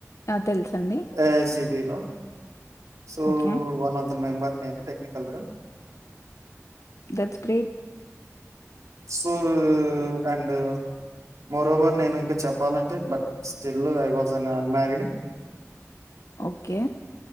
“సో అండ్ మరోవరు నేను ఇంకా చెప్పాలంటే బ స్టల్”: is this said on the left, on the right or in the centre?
Right